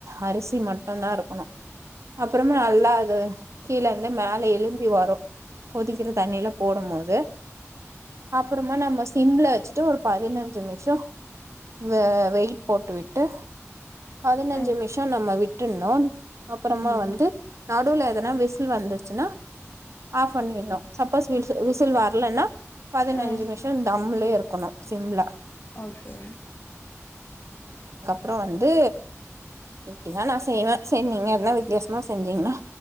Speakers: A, on the right (about 65°); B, on the left (about 45°).
A: அரிசி மட் நல்லா இருக்கணு அப்புறமா எல்லா அது கீலந்து மேல எலும்பி வரும் கொதிக்கிற தண்ணில போடும் போது அப்புறமா நம்ம சிம்ல வச்சுட்டு ஒரு பதினஞ்சு நிமிஷோ வ வெயிட் போட்டு விட்டு பதினஞ்சு
B: ம்
A: நிமிஷோ நம்ம விட் விட்டுன்னு அப்புறமா
B: ம்
A: வந்து நடுவுல எதனா விஸ் சில் வந்துடுச்சுன்னா ஆஃபண்ணிட்ணூ சப்போஸ் விசி விசில் வர் இல்லன்னா பதினஞ்சுமிஷோ
B: ஆ
A: தம்லே இருக்கணூ சிம்ல
B: ஓகே
A: ப்றோ வந்து இப்டிதா நா செய்வே சென்நீங்க எத்னா வித்தியாசமா செஞ்சீங்னா